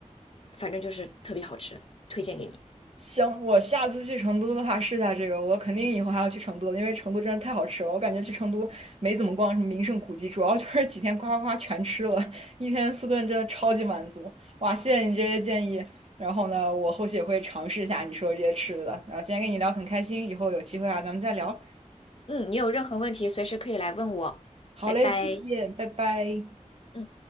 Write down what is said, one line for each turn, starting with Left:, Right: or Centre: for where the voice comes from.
Left: 反正就是特别好吃，推荐给你。
Right: 行，我下次去成都的话试下这个，我肯定以后还要去成都的因为成都真的太好吃了。我感觉去成都没怎么逛什么名胜古迹，主要就是几天夸夸夸全吃了，一天四顿真的超级满足。哇，谢谢你这些建议，然后呢，我后续也会尝试一下你说的这些吃的。然后今天跟你聊很开心，以后有机会啊，咱们再聊。
Left: 嗯，你有任何问题随时可以来问我，
Right: 好嘞，
Left: 拜拜。
Right: 谢谢，拜拜。
Left: 嗯。